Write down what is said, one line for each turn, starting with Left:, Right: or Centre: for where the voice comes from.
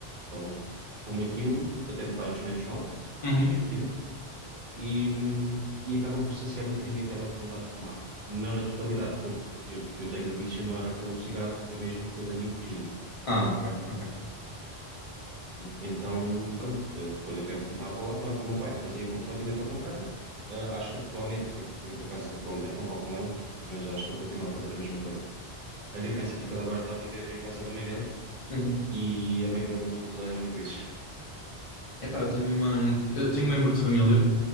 Right: Então fumo aquilo, até me faz menos mal,
Left: Uhum.
Right: não tem nicotina e, e acaba por saciar um bocadinho aquela vontade de fumar. Não na totalidade, porque eu, eu tenho o vício, não é pelo cigarro, é mesmo pela nicotina.
Left: Ah, ok, ok.
Right: Então, pronto, eh, quando eu quero fumar, vou lá fora. O meu pai fazia completamente ao contrário. Ah, acho que atualmente, eu, eu por acaso atualmente não falo com ele, mas acho que ele continua a fazer a mesma coisa. A diferença é que ele agora está a viver em casa da mãe dele
Left: Uhum.
Right: e a mãe dele não tolera muito isso. <laughs>
Left: Epá, eu tenho uma, eu tenho um membro de família